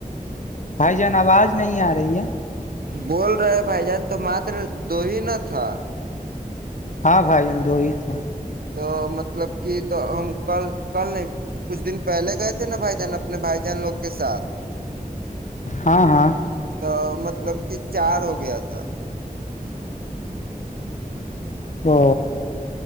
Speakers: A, on the left (about 55°); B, on the right (about 80°).
A: بھائی جان آواز نہیں آ رہی ہے
B: بول رہے بھائی جان تو مات دو ہی ن تھا
A: ہاں بھائی جان دو ہی تھا
B: تو مطلب کہ تو ہم کل کل نہیں کچھ دن پہلے گئے تھے نا بھائی جان اپنے بھائی جان لوگ کے ساتھ
A: ہاں ہاں
B: تو مطلب کہ چار ہو گیا تھا
A: او